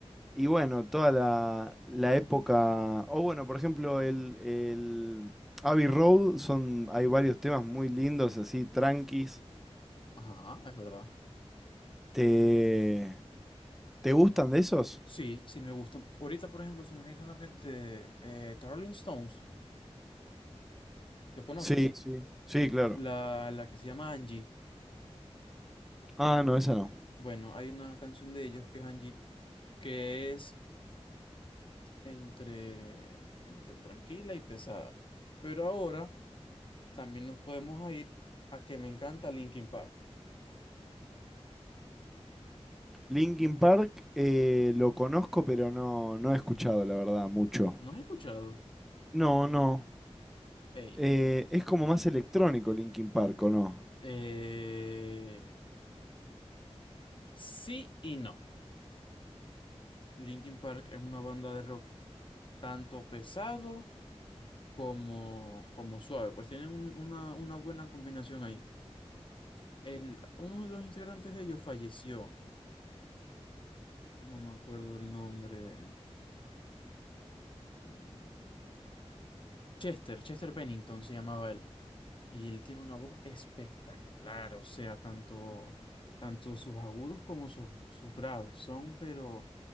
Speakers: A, in the centre; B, on the left.
A: Y bueno, toda la, la época. O bueno, por ejemplo, el, el Abbey Road son, hay varios temas muy lindos, así, tranquis.
B: Ajá, es verdad.
A: ¿Te, te gustan de esos?
B: Sí, sí me gustan. Ahorita, por ejemplo, se me viene a la mente eh, The Rolling Stones. ¿Los conoces?
A: Sí, sí, sí, claro.
B: La, la que se llama Angie.
A: Ah, no, esa no.
B: Bueno, hay una canción de ellos que es Angie que es entre, entre tranquila y pesada. Pero ahora también nos podemos a ir a que me encanta Linkin Park.
A: Linkin Park eh, lo conozco, pero no, no he escuchado, la verdad, mucho.
B: ¿No has escuchado?
A: No, no.
B: Ey,
A: Eh, es como más electrónico Linkin Park, ¿o no?
B: eh, sí y no. Linkin Park es una banda de rock tanto pesado como, como suave. Pues tienen un- una, una buena combinación ahí. El, uno de los integrantes de ellos falleció. No me acuerdo el nombre. Mm, Chester, Chester Bennington se llamaba él. Y él tiene una voz espectacular, o sea, tanto, tanto sus agudos como sus, sus graves son, pero